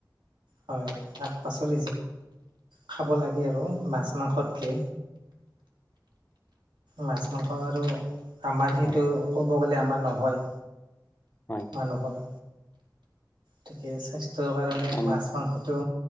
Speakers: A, on the right (about 85°); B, on the left (about 25°).
A: হয় শাক পাচলি খাব লাগে আৰু মাছ মাংসতকে মাছ মাংস আৰু আমাৰ সেইটো
B: হয়
A: ক'ব গ'লে আমাৰ নহয়
B: হয়
A: মানুহৰ গতিকে স্বাস্থ্যৰ কাৰণে
B: আম-
A: মাছ মাংসটো